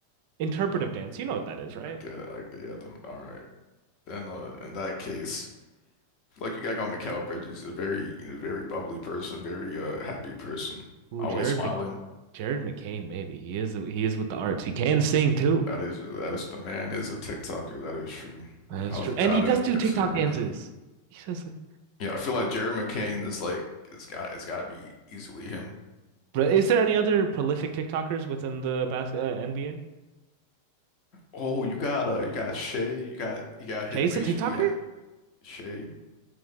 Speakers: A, on the right (about 45°); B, on the left (about 40°).
A: Interpretive
B: Uh,
A: dance, you know what that is, right?
B: I get I get them. All right. Then uh in that case, like you gotta go Mikal Bridges, a very a very bubbly person, very uh happy person,
A: Ooh,
B: always
A: Jared
B: smiling.
A: Mc, Jared McCain, maybe he is. He is with the arts. He can sing too.
B: That is that is the man is a TikToker, that is true.
A: That's
B: I was
A: true,
B: a god
A: and he does
B: in
A: do
B: considering
A: TikTok dances.
B: him.
A: He does. it.
B: Yeah, I feel like Jerry McCain is like it's got it's gotta be easily him.
A: But is there any other prolific TikTokers within the basket, uh, NBA?
B: Oh, you got uh you got Shay, you got you got his
A: Jay's
B: racially
A: a TikToker?
B: am Shay.